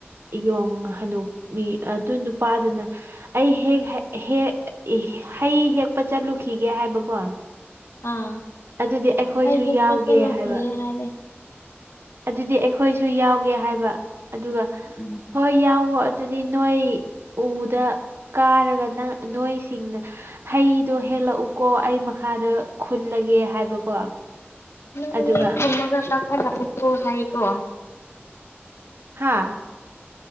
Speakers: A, on the right (about 60°); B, on the left (about 80°).
A: ꯌꯣꯡ ꯍꯅꯨ ꯕꯤ ꯑꯗꯨ ꯅꯨꯄꯥꯗꯨꯅ ꯑꯩ ꯍꯦꯛ ꯍ ꯍꯦꯛ ꯍꯩ ꯍꯦꯛꯄ ꯆꯠꯂꯨꯈꯤꯒꯦ ꯍꯥꯏꯕꯀꯣ
B: ꯑꯥ
A: ꯑꯗꯨꯗꯤ ꯑꯩꯈꯣꯏꯁꯨ
B: ꯑꯩ ꯍꯦꯛꯄ
A: ꯌꯥꯎꯒꯦ
B: ꯆꯠꯂꯨꯈꯤꯒꯦ
A: ꯍꯥꯏꯕ
B: ꯍꯥꯏꯔꯦ
A: ꯑꯗꯨꯗꯤ ꯑꯩꯈꯣꯏꯁꯨ ꯌꯥꯎꯒꯦ ꯍꯥꯏꯕ ꯑꯗꯨꯒ
B: ꯎꯝ
A: ꯍꯣꯏ ꯌꯥꯎꯋꯣ ꯑꯗꯨꯗꯤ ꯅꯣꯏ ꯎꯗ ꯀꯥꯔꯒ ꯅ ꯅꯣꯏꯁꯤꯡꯅ ꯍꯩꯗꯣ ꯍꯦꯛꯂꯛꯎꯀꯣ ꯑꯩ ꯃꯈꯥꯗ ꯈꯨꯜꯂꯒꯦ ꯍꯥꯏꯕꯀꯣ
B: ꯍꯣꯢꯌꯦ
A: ꯑꯗꯨꯒ
B: ꯈꯨꯝꯃꯒ ꯀꯥꯈꯠꯂꯛꯎꯀꯣ ꯍꯥꯏꯌꯦꯀꯣ
A: ꯍꯥꯥ